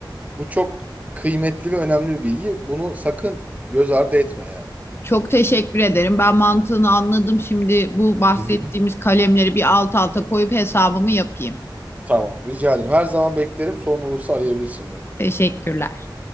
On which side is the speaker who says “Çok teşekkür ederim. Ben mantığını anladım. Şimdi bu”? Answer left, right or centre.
Left